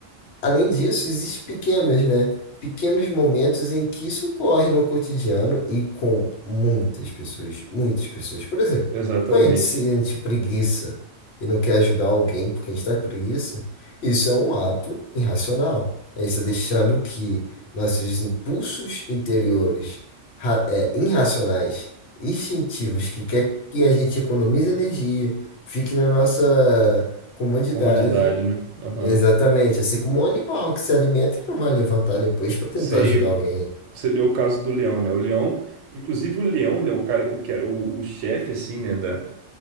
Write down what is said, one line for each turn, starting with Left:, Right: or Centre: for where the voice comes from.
Left: Além disso, existem pequenos, né? Pequenos momentos em que isso ocorre no cotidiano e com muitas pessoas, muitas pessoas. Por exemplo,
Right: exatamente.
Left: quando a gente sente preguiça e não quer ajudar alguém porque a gente está com preguiça, isso é um ato irracional. A gente está deixando que nossos impulsos interiores, ra- é, irracionais, instintivos, que quer que a gente economize energia, fique na nossa comodidade
Right: Comodidade, né? Aham.
Left: Exatamente, assim como um animal que se alimenta e não vai levantar depois para tentar
Right: Sim,
Left: ajudar alguém.
Right: você deu o caso do leão, né? O leão, inclusive o leão, né? O cara, o, que era- o, o chefe, assim, né? Da,